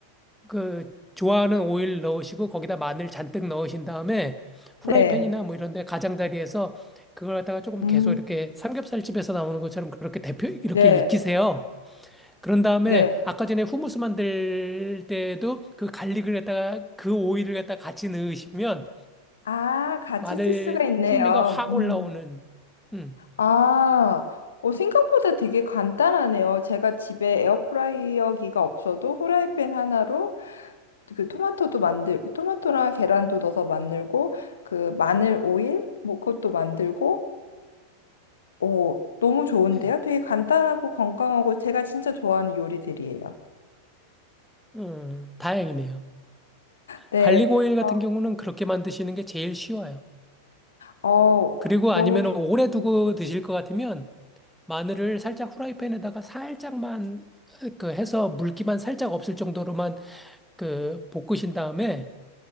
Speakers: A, in the centre; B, on the left (about 65°).
A: 그 좋아하는 오일 넣으시고 거기다 마늘 잔뜩 넣으신 다음에 후라이팬이나
B: 네. 네.
A: 뭐 이런 데 가장자리에서 그걸 갖다가 조금 계속
B: 음.
A: 이렇게 삼겹살집에서 나오는 것처럼 그렇게 대표 이렇게
B: 네.
A: 익히세요. 그런 다음에
B: 네.
A: 아까 전에 후무스 만들 때도 그 갈릭을 갖다가 그 오일을 갖다가 같이 넣으시면
B: 아, 같이
A: 마늘
B: 쓸 수가 있네요.
A: 풍미가 확
B: 음.
A: 올라오는 음.
B: 아, 어, 생각보다 되게 간단하네요. 제가 집에 에어프라이어기가 없어도 후라이팬 하나로 그 토마토도 만들, 토마토랑 계란도 넣어서 만들고, 그 마늘 오일? 뭐 그것도 만들고, 오, 너무 좋은데요?
A: 네.
B: 되게 간단하고 건강하고 제가 진짜 좋아하는 요리들이에요.
A: 음, 다행이네요.
B: 네,
A: 갈릭 오일 같은
B: 어,
A: 경우는 그렇게 만드시는 게 제일 쉬워요.
B: 어,
A: 그리고
B: 너무
A: 아니면
B: 좋,
A: 오래 두고
B: 음.
A: 드실 것 같으면 마늘을 살짝 후라이팬에다가 살짝만 그 해서 물기만 살짝 없을 정도로만 그 볶으신 다음에